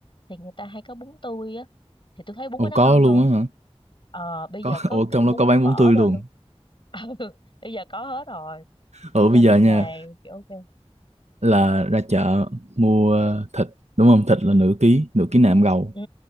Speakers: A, on the left; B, on the right.
A: thì người ta hay có bún tươi á thì tôi thấy bún
B: ồ
A: của nó
B: có
A: ngon
B: luôn
A: hơn
B: á
A: ờ bây
B: có
A: giờ
B: <laughs>
A: có
B: ủa
A: kiểu
B: trong
A: bún
B: đó có bán
A: phở
B: bún tươi
A: đâu
B: luôn
A: luôn <laughs> Ừ, bây giờ có hết rồi
B: ở
A: cho
B: bây
A: nên
B: giờ nha
A: là ok
B: là ra chợ mua thịt đúng không thịt là nửa ký nửa ký nạm gầu
A: ừ